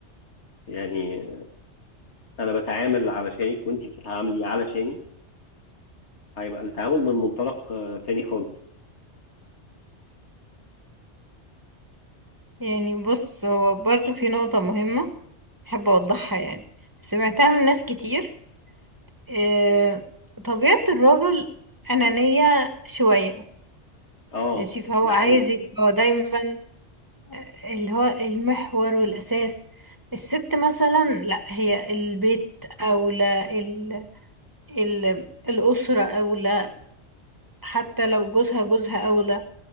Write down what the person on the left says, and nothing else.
يعني انا بتعامل علشانك وانتي بتتعاملي علشاني هيبقى التعامل من منطلق آه، تاني خالص
اه
ده
حقيقي